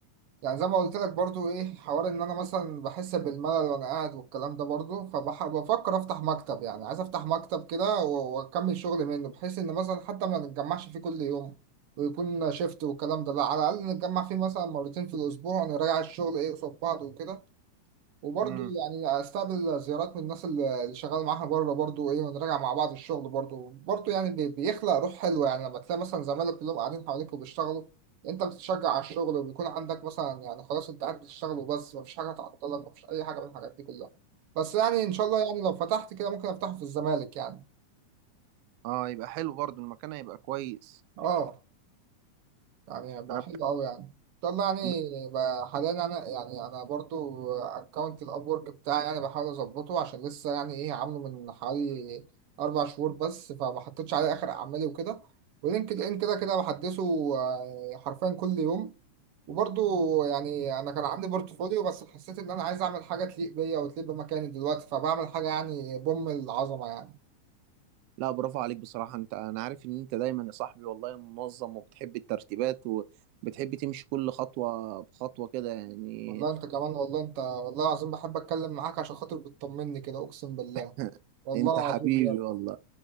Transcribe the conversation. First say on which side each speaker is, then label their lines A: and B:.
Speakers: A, on the right; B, on the right.
A: يعني زي ما قلت لك برضو ايه حوار ان انا مثلا بحس بالملل وانا قاعد والكلام ده برضو فبفكر افتح مكتب يعني عايز افتح مكتب كده و- واكمل شغل منه بحيث ان مثلا حتى ما نتجمعش فيه كل يوم ويكون شيفت والكلام ده لا على الاقل نتجمع فيه مثلا مرتين في الاسبوع ونراجع الشغل ايه قصاد بعض وكده وبرضه
B: امم
A: يعني استقبل زيارات من الناس اللي اللي شغال معاها بره برضه ايه ونراجع مع بعض الشغل برضه برضه يعني بي- بيخلق روح حلوه يعني لما تلاقي مثلا زمايلك كلهم قاعدين حواليك وبيشتغلوا انت بتتشجع على الشغل وبيكون عندك مثلا يعني خلاص انت قاعد بتشتغل وبس مفيش حاجه تعطلك مفيش اي حاجه من الحاجات دي كلها بس يعني ان شاء الله يعني لو فتحت كده ممكن افتحه في الزمالك يعني
B: اه يبقى حلو برضو المكان هيبقى كويس
A: اه يعني بقى
B: انا
A: حلو قوي يعني طب ما يعني
B: بحب...
A: بقى حاليا انا يعني انا برضو اكونت الاب ورك بتاعي يعني بحاول اظبطه عشان لسه يعني ايه عامله من حوالي اربع شهور بس فما حطيتش عليه اخر اعمالي وكده ولينكد ان كده كده بحدثه آه، حرفيا كل يوم وبرضو يعني انا كان عندي بورتفوليو بس حسيت ان انا عايز اعمل حاجه تليق بيا وتليق بمكاني دلوقتي فبعمل حاجه يعني بوم العظمه يعني
B: لا برافو عليك بصراحة انت انا عارف ان انت دايما يا صاحبي والله منظم وبتحب الترتيبات وبتحب تمشي كل خطوة بخطوة كده يعني
A: والله انت كمان والله انت والله العظيم بحب اتكلم معاك عشان خاطر بتطمني كده اقسم بالله
B: <laughs>
A: والله
B: انت
A: العظيم
B: حبيبي والله